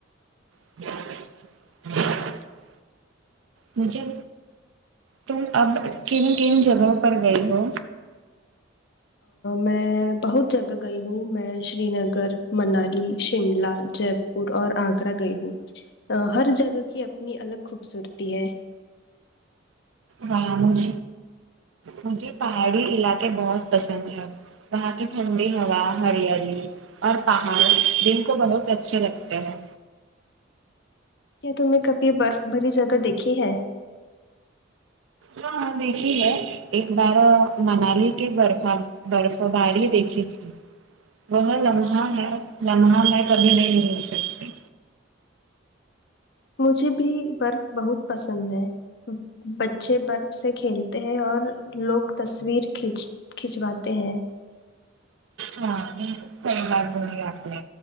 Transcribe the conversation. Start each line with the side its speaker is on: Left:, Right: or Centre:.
Right: ہ مجھے تم اب کن کن جگہوں پر گئی ہو
Left: میں بہت جگہ گئی ہوں میں شری نگر منالی شملہ جے پور پ اور آگرہ گئی ہوں ہر جگہ کی اپنی الگ خوبصورتی ہے
Right: وہاں مج مجھے پہاڑی علاقے بہت پسند ہے وہاں کی ٹھنڈی ہوا ہریالی اور پہاڑ دل کو بہت اچھے لگتے ہیں
Left: کیا تمنے کبھی برف بھری جگہ دیکھی ہے
Right: ہاں ہاں دیکھی ہے ایک بار منالی کی برف برف باری دیکھی تھی وہ لمحہ میں لمحہ میں کبھی نہیں ہو سکتی
Left: مجھے بھی برف بہت پسند ہے بچے برف سے کھیلتے ہیں اور لوگ تصویر کھینچ کھنچواتے ہیں
Right: ہاں بلکل صحیح بات بولی اپ نے